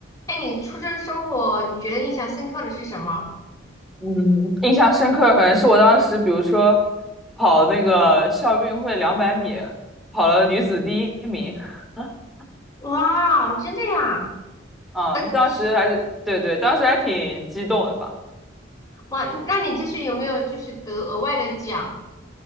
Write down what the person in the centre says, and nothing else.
嗯，印象深刻可能是我当时，比如说跑那个校运会两百米，跑了女子第一名。<laughs>
嗯，
当时还是对对，当时还挺激动的吧？